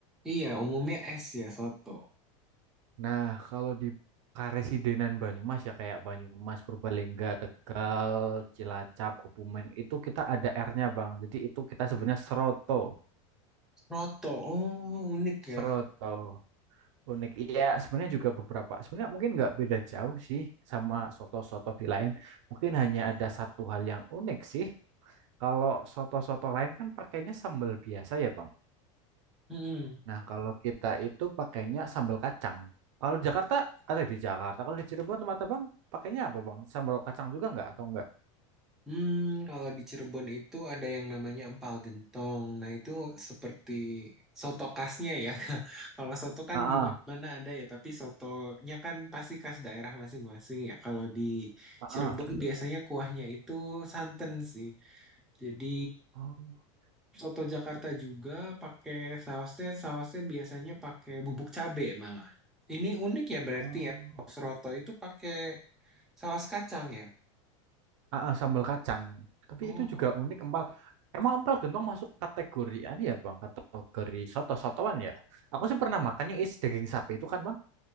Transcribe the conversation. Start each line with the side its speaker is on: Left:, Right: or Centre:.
Centre: Iya, umumnya S ya, soto.
Right: Nah, kalau di Karesidenan Banyumas ya kayak Banyumas, Purbalingga, Tegal, Cilacap, Kebumen itu kita ada R-nya Bang. Jadi itu kita sebenarnya seroto.
Centre: Roto, oh unik
Right: Seroto.
Centre: ya.
Right: Unik. Iya, sebenarnya juga beberapa. Sebenarnya mungkin nggak beda jauh sih sama soto-soto di lain. Mungkin hanya ada satu hal yang unik sih. Kalau soto-soto lain kan pakainya sambal biasa ya Bang.
Centre: Mm-mm.
Right: Nah, kalau kita itu pakainya sambal kacang. Kalau di Jakarta, ada di Jakarta. Kalau di Cirebon tempat Abang pakainya apa, Bang? Sambal kacang juga nggak atau enggak?
Centre: Hmm, kalau di Cirebon itu ada yang namanya empal gentong. Nah, itu seperti soto khasnya ya. <laughs> Kalau soto kan
Right: Heeh,
Centre: di mana-mana ada ya, tapi sotonya kan pasti khas daerah masing-masing ya. Kalau di
Right: heeh.
Centre: Cirebon biasanya kuahnya itu santan sih. Jadi
Right: Oh,
Centre: Soto Jakarta juga pakai sausnya, sausnya biasanya pakai bubuk cabe malah. Ini unik ya berarti
Right: oh.
Centre: ya. Saus roto itu pakai saus kacang ya.
Right: Heeh, sambal kacang. Tapi
Centre: Oh,
Right: itu juga unik
Centre: unik
Right: empal.
Centre: banget.
Right: Emang empal gentong masuk kategori ini ya, Bang? Kategori soto-sotoan ya? Aku sih pernah makan yang isi daging sapi itu kan, Bang?